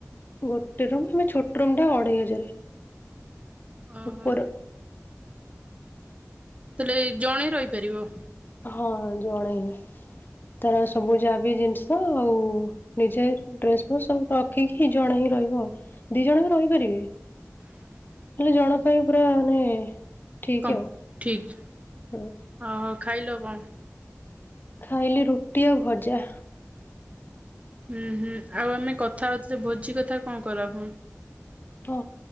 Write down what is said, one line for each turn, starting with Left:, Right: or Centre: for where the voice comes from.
Left: ଗୋଟେ ରୁମ୍, ସେଟା ଛୋଟ ରୁମ୍ ଟା ଅଢ଼େଇ ହଜାରେ।
Right: ଓହୋ
Left: ଉପର।
Right: ତାହେଲେ ଏଇ ଜଣେ ରହିପାରିବ?
Left: ହଁ ଜଣେ ହିଁ, ତାର ସବୁ ଯାହା ବି ଜିନିଷ ଷ ଆଉ ନିଜେ ଡ୍ରେସ୍ ଫ୍ରେସ୍ ସବୁ ରଖିକି ଜଣେ ହିଁ ରହିବ ଆଉ। ଦି ଜଣ ବି ରହିପାରିବେ।
Right: <inaudible>
Left: ହେଲେ ଜଣ ପାଇଁ ପୁରା ମାନେ ଠିକ୍
Right: କଣ
Left: ଆଉ
Right: ଠିକ
Left: ହୁଁ
Right: ଅ ହଉ ଖାଇଲ କଁ।
Left: ଖାଇଲି ରୁଟି ଆଉ ଭଜା
Right: ହୁଁ ହୁଁ ଆଉ ଆମେ କଥା ହଉଥିଲେ ଭୋଜି କଥା କଣ କଲ ହୁଁ।
Left: ହଁ